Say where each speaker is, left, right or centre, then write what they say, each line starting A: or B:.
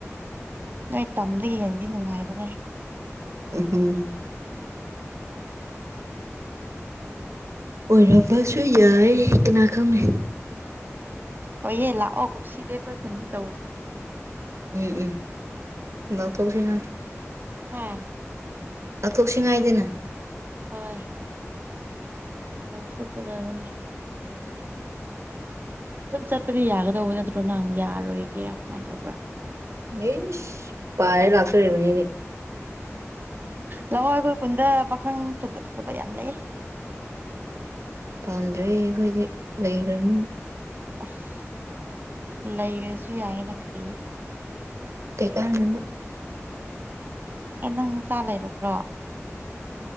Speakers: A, on the right; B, on the right.
A: ꯅꯣꯏ ꯇꯝꯗꯒꯤ ꯍꯦꯟꯗꯤ ꯅꯨꯡꯉꯥꯏꯕꯅꯦ
B: ꯎꯍꯝ ꯑꯣꯏꯔꯝꯕꯁꯨ ꯌꯥꯏ ꯀꯅꯥ ꯈꯪꯅꯤ
A: ꯍꯣꯢꯌꯦ ꯂꯥꯛꯑꯣ ꯀꯨꯝ ꯁꯤꯗꯦ ꯑꯩꯈꯣꯏ ꯈꯨꯟꯗ ꯇꯧꯁꯦ
B: ꯎꯝ ꯂꯥꯛꯊꯣꯛꯁꯤꯉꯥꯏ
A: ꯍꯥꯥ
B: ꯂꯧꯊꯣꯛꯁꯤꯡꯉꯥꯏꯗꯅ
A: ꯍꯣꯏ ꯌꯥꯎꯊꯣꯛꯀꯗꯕꯅꯤ ꯑꯗꯨꯝ ꯆꯠꯄꯗꯤ ꯌꯥꯒꯗꯧꯕ ꯅꯠꯇ꯭ꯔꯣ ꯅꯪ ꯌꯥꯔꯣꯏꯒꯦꯔꯥ ꯀꯃꯥꯏꯅ ꯇꯧꯕ꯭ꯔꯥ
B: ꯑꯩꯁ ꯄꯥꯏꯔ ꯂꯥꯛꯇꯣꯔꯤꯕꯅꯦ
A: ꯂꯥꯛꯑꯣ ꯑꯩꯈꯣꯏ ꯀꯨꯟꯗ ꯄꯥꯈꯪ ꯐꯖ ꯐꯖꯕ ꯌꯥꯝ ꯂꯩꯌꯦ
B: ꯄꯥꯝꯗ꯭ꯔꯦ ꯑꯩꯈꯣꯏꯗꯤ ꯂꯩꯈ꯭ꯔꯅꯤꯅ
A: ꯑꯁ ꯂꯩꯔꯁꯨ ꯌꯥꯏꯌꯦꯅ ꯀꯔꯤ
B: ꯀꯩ ꯀꯥꯟꯅꯕ
A: ꯑꯦ ꯅꯪ ꯅꯆꯥ ꯂꯩꯔꯝꯕ꯭ꯔꯣ